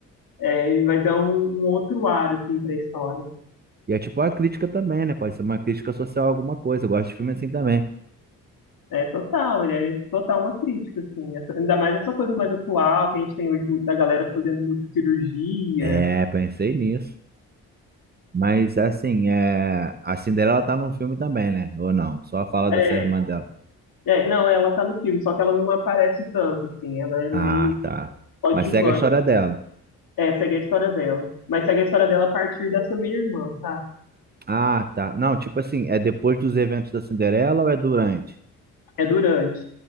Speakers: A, on the left; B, on the right.
A: é, vai dar um, um outro ar assim pra história.
B: E é tipo uma crítica também, né? Pode ser uma crítica social a alguma coisa, eu gosto de filme assim também.
A: É total, ele é total uma crítica, assim. Essa- ainda mais essa coisa mais atual que a gente tem hoje do- da galera fazendo muita cirurgia.
B: É, pensei nisso. Mas assim, é... a Cinderela tá num filme também, né? Ou não? Só fala
A: É,
B: dessa irmã dela.
A: é, não, ela tá no filme, só que ela não aparece tanto, assim. Ela é meio
B: Ah,
A: que
B: tá.
A: coadjuvante.
B: Mas segue a história dela.
A: É, segue a história dela. Mas segue a história dela a partir dessa meia-irmã, tá?
B: Ah, tá. Não, tipo assim, é depois dos eventos da Cinderela ou é durante?
A: É durante.